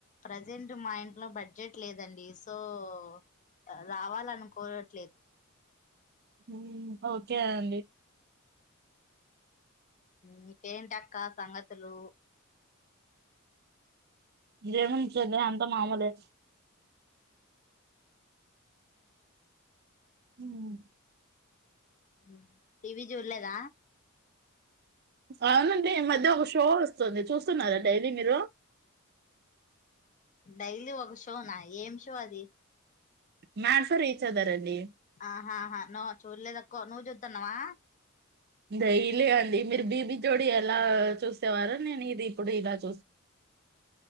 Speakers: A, on the left; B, on the right.
A: ప్రజెంట్ మా ఇంట్లో బడ్జెట్ జెట్ లేదండి సో వో రావాలన్ కోరట్లేదు
B: మ్మ్ అవుదు క్యాండీ
A: మీకేంటక్క సంగతులు
B: ఏముంది చెల్లి అంత మామూలే మ్మ్
A: మ్మ్ టీవీ జూల్లేద
B: అవునండి ఈ మధ్య ఒక షో వస్తుంది చూస్తున్నారా డైలీ మీరు
A: డైలీ ఒక షోనా ఏం షో అది
B: మ్యాసర ఈచ్ అదర్ అండి
A: ఆహాహా నో చూల్లేదక్కో నువ్వు చూత్తన్నావా
B: దైలీ అండి మీరు బీబీ జోడి ఎలా చూసేవారో నేను ఇది ఇప్పుడు ఇలా చూస్